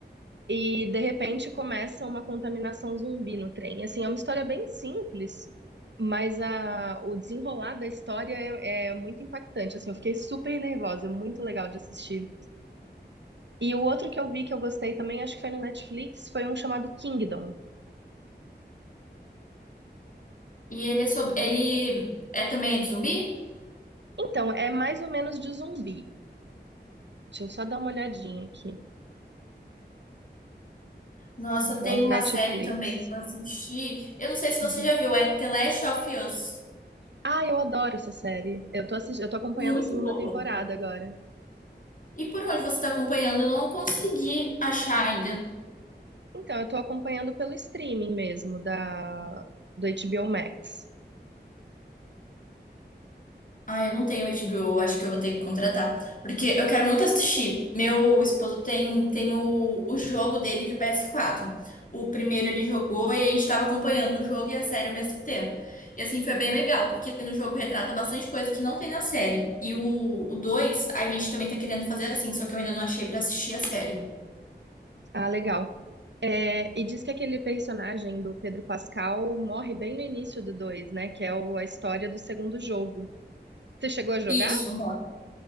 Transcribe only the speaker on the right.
e de repente começa uma contaminação zumbi no trem. Assim, é uma história bem simples, mas a, o desenrolar da história é, é muito impactante. Assim, eu fiquei super nervosa, muito legal de assistir. E o outro que eu vi que eu gostei também, acho que foi no Netflix, foi um chamado Kingdom.
Então, é mais ou menos de zumbi. Deixa eu só dar uma olhadinha aqui.
Então,
Netflix.
Uhum.
Ah, eu adoro essa série. Eu tô assistindo, eu tô acompanhando
a segunda
temporada agora.
Então, eu tô acompanhando pelo streaming mesmo da do HBO Max.
Ah, legal. É, e diz que aquele personagem do Pedro Pascal morre bem no início do 2, né? Que é o- a história do segundo jogo. Você chegou a jogar?